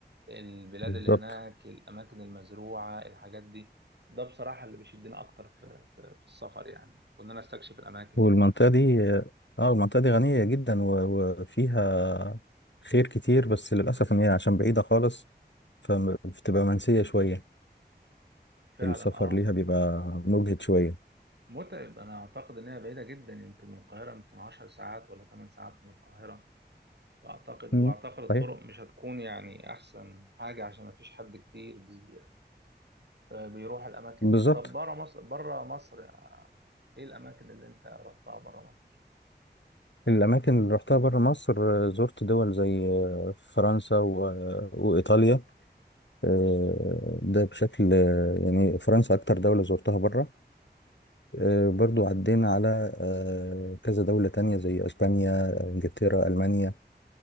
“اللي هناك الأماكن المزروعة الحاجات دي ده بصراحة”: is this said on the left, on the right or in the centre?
Right